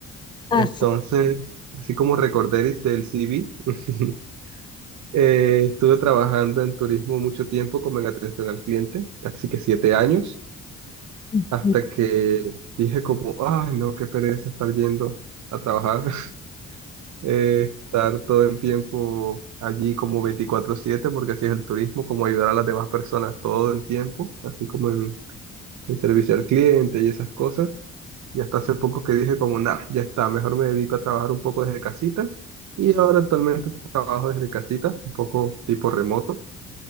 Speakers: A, on the left (about 15°); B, on the right (about 70°).
A: Ah,
B: entonces,
A: sí.
B: así como recordéis del CV, <laughs> eh, estuve trabajando en turismo mucho tiempo como en atención al cliente, casi que siete años.
A: <laughs>
B: hasta
A: Ujú.
B: que dije como, ay, no, qué pereza estar yendo a trabajar, <laughs> eh, estar todo el tiempo allí como 24/7, porque así es el turismo, como ayudar a las demás personas todo el tiempo, así como en, en servicio al cliente y esas cosas. Y hasta hace poco que dije como, nah, ya está, mejor me dedico a trabajar un poco desde casita. Y ahora actualmente trabajo desde casita, un poco tipo remoto,